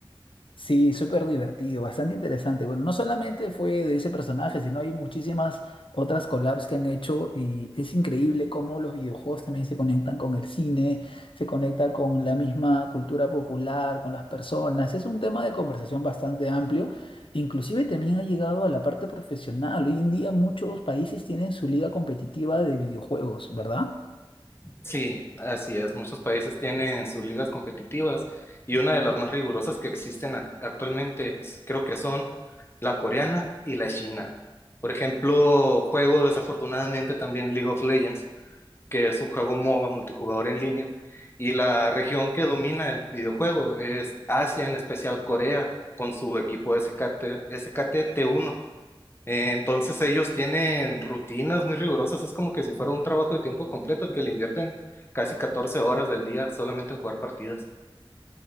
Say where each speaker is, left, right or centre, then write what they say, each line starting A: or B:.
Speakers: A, on the left (about 65°); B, on the left (about 25°).
A: Sí, súper divertido, bastante interesante. Bueno, no solamente fue de ese personaje, sino hay muchísimas otras collabs que han hecho y es increíble cómo los videojuegos también se conectan con el cine, se conecta con la misma cultura popular, con las personas. Es un tema de conversación bastante amplio. Inclusive también ha llegado a la parte profesional. Hoy en día muchos países tienen su liga competitiva de videojuegos, ¿verdad?
B: Sí, así es. Muchos países tienen sus ligas competitivas y una de las más rigurosas que existen ac- actualmente es- creo que son la coreana y la china. Por ejemplo, juego desafortunadamente también League of Legends que es un juego MOBA multijugador en línea, y la región que domina el videojuego es Asia, en especial Corea, con su equipo SKT, SKT T1. Eh, Entonces ellos tienen rutinas muy rigurosas, es como que si fuera un trabajo de tiempo completo el que le invierten casi 14 horas del día solamente en jugar partidas.